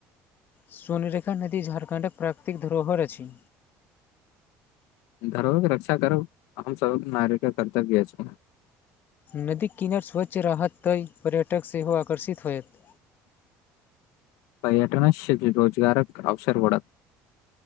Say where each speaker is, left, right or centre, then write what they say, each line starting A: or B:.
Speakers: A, on the left; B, on the left.
A: स्वर्णरेखा नदी झाारखण्डक प्राकृतिक धरोहर अछि
B: धरोहरक रक्षा करब हमसबहक नागरिकक कर्तव्य अछि
A: नदी किनार स्वच्छ रहत तै पर्यटक सेहो आकर्षित होयत
B: पर्यटनस रोजगारक अवसर बढ़त